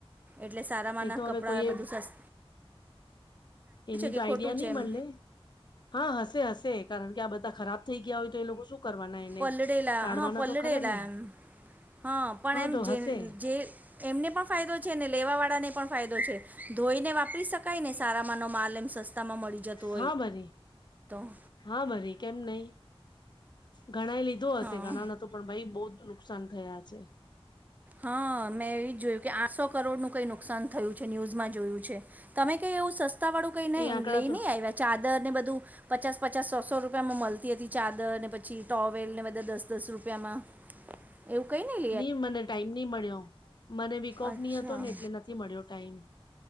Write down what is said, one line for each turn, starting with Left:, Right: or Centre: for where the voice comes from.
Right: એટલે સારામાંના
Left: એ તો હવે
Right: કપડા
Left: કોઈ
Right: બધું સસ્તું
Left: એની તો
Right: કે
Left: આઈડિયા
Right: ખોટું
Left: ની
Right: છે એમ
Left: મલે હા હશે હશે કારણ કે આ બધા ખરાબ થઈ ગયા હોય તો એ લોકો શું કરવાના એને
Right: પલળેલા
Left: કાઢવાના
Right: હા પલળેલા
Left: તો ખરા ને
Right: એમ હા પણ એમ
Left: તો
Right: જે
Left: હશે
Right: જે એમને પણ ફાયદો છે ને લેવા વાળા ને પણ ફાયદો છે ધોઈને વાપરી શકાયને સારા માનો માલ એમ સસ્ સસ્તામાં મળી જતો હોય
Left: હા બરી
Right: તો
Left: હા ભરી કેમ નઈ ઘણાએ લીધો હશે
Right: હા
Left: ઘણા ન તો પણ ભાઈ બોત નુકસાન થયા છે
Right: હા મેં એવી જ જોયું કે આઠસો કરોડ નું કઈ નુકસાન થયું છે ન્યૂઝમાં જોયું છે તમે કઈ એવું સસ્તા વાળું કઈ નઈ
Left: એ આંકડા
Right: લઈ
Left: તો
Right: નઈ આવ્યા ચાદર ને બધું પચાસ પચાસ સોસો રૂપિયામાં મળતી હતી ચાદર ને પછી ટોવેલ ને બધા દસ દસ રૂપિયામાં
Left: <inaudible>
Right: એવું કઈ નઈ
Left: નઈ મને ટાઈમ નહ મળ્યો મને વીક ઓફ
Right: અચ્છા
Left: નહ હતો ને એટલે નથી મળ્યો ટાઈમ